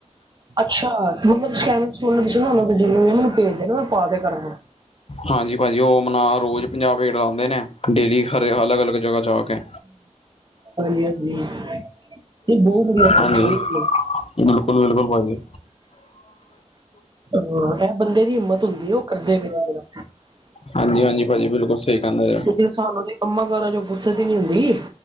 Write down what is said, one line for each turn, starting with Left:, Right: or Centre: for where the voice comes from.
Right: ਅੱਛਾ ਮਤਲਬ ਸੈਨਿਕ ਸਕੂਲ ਸੀ ਨਾ ਉਹਨਾਂ ਜਿਵੇਂ ਮੈਨੂੰ ਭੇਜਦੇ ਨਾ ਮੈਂ ਪਾ ਕੇ ਕਰਾਂ।
Left: ਹਾਂਜੀ ਭਾਜੀ ਉਹ ਆਪਣਾ ਰੋਜ਼ ਪੰਜਾਹ ਪਲੇਟ ਲਾਉਂਦੇ ਨੇ ਡੇਲੀ ਹਰੇਕ ਅਲੱਗ ਅਲੱਗ। ਜ੍ਹਗਾ ਜਾ ਕੇ
Right: ਹਾਂਜੀ ਹਾਂਜੀ ਇਹ ਬਹੁਤ ਵਧੀਆ ਗੱਲ
Left: ਹਾਂਜੀ
Right: ਹੈ ਬਹੁਤ ਵਧੀਆ।
Left: ਬਿਲਕੁਲ ਬਿਲਕੁਲ ਭਾਜੀ।
Right: ਹਾਂ ਇਹ ਬੰਦੇ ਦੀ ਹਿੰਮਤ ਹੁੰਦੀ ਉਹ ਕਰਦੇ ਪਏ ਇਹ ਜਿਹੜਾ
Left: ਹਾਂਜੀ ਹਾਂਜੀ ਭਾਜੀ ਬਿਲਕੁਲ ਸਹੀ ਕਹਿੰਦਾ ਪਿਆ।
Right: ਕਿਉਂਕਿ ਸਾਨੂੰ ਦੇ ਕੰਮਾਂ ਕਾਰਾਂ ਚੋਂ ਫੁਰਸਤ ਹੀ ਨੀ ਹੁੰਦੀ